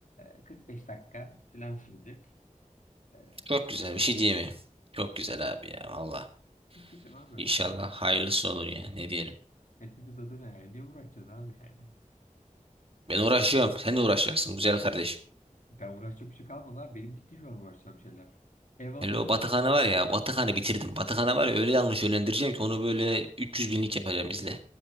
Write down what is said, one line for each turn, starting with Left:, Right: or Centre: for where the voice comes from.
Left: e, 45 dakika falan sürecek. E,
Right: Çok güzel
Left: iş,
Right: bir şey diyemiyorum. Çok güzel abi ya valla.
Left: muhteşem abi.
Right: İnşallah
Left: Ne bu?
Right: hayırlısı olur ya ne diyelim.
Left: Hepimiz adına yani. Ne uğraşacağız abi yani?
Right: Ben uğraşıyorum.
Left: Hiç.
Right: Sen de uğraşacaksın güzel kardeşim.
Left: Ben uğraşacak bir şey kalmadı abi. Benim bitti şu an uğraşacağım şeyler. Ev hazır.
Right: Hele o Batıkan'ı var ya. Batıkan'ı bitirdim. Batıkan'ı var ya öyle yanlış yönlendireceğim ki onu böyle 300 binlik yapacağım izle.